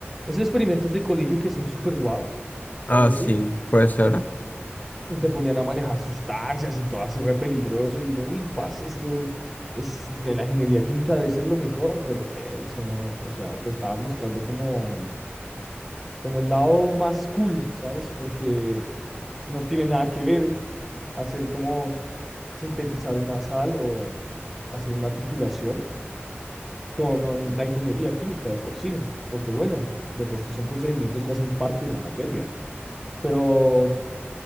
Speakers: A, in the centre; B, on the left (about 40°).
A: esos experimentos de colegio que son súper guau,
B: Ah,
A: algo así
B: sí, puede ser.
A: Y te ponían a manejar sustancias y todo así re peligroso. Y uno, uy, parce, esto es de la ingeniería química debe ser lo mejor, pero que eso no, o sea, te estaban mostrando como, como el lado más cool, ¿sabes? Porque no tiene nada que ver hacer como sintetizar una sal o hacer una titulación con la ingeniería química de por sí, porque bueno, de por sí son procedimientos que hacen parte de la materia. Pero